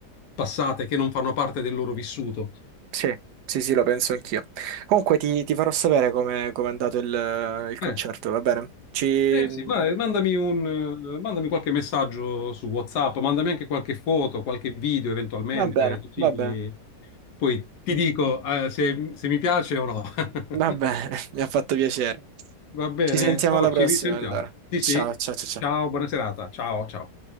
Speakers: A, on the left (about 70°); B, on the right (about 75°).
A: passate che non fanno parte del loro vissuto.
B: sì, sì, sì, lo penso anch'io. Comunque ti, ti farò sapere come come è andato il, il concerto,
A: Eh,
B: va bene? Ci... eh,
A: Eh sì, ma- eh, mandami un, eh, mandami qualche messaggio su WhatsApp, mandami anche qualche foto, qualche video eventualmente,
B: va bene,
A: così
B: va bene.
A: poi ti dico, eh, se, se mi piace o no.
B: Va
A: <laughs>
B: bene, <laughs> mi ha fatto piacere.
A: Va bene?
B: Ci sentiamo
A: Oh,
B: alla prossima
A: ci risentiamo.
B: allora.
A: Sì,
B: Ciao,
A: sì.
B: ciao, ciao, ciao.
A: Ciao, buona serata. Ciao, ciao.